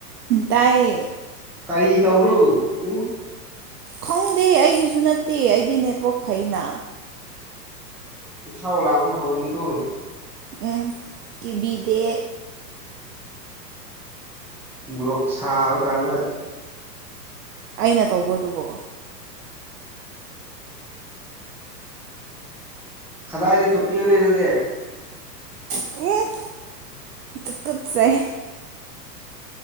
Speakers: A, on the right (about 65°); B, in the centre.
A: ꯇꯥꯏꯌꯦ
B: ꯀꯔꯤ ꯇꯧꯕꯔꯣ ꯎ
A: ꯈꯪꯗꯦ ꯑꯩꯒꯤꯁꯨ ꯅꯠꯇꯦ ꯑꯩꯗꯤ ꯅꯦꯠꯋꯥꯛ ꯐꯩꯅ
B: ꯏꯁꯧ ꯂꯥꯡꯕ ꯍꯧꯅꯤꯀꯣ꯫
A: ꯎꯝ ꯀꯤꯕꯤꯗꯦ꯫
B: ꯃꯣꯔꯣꯛ ꯁꯥꯕ ꯀꯥꯟꯗ꯫
A: ꯑꯩꯅ ꯇꯧꯕ꯭ꯔꯣ ꯑꯗꯨꯕꯣ꯫
B: ꯈꯖꯥꯏꯗ ꯆꯨꯞꯄꯤꯌꯣꯅꯦ ꯑꯗꯨꯗꯤ꯫
A: ꯎꯝ ꯇꯨꯀꯠꯆꯩ꯫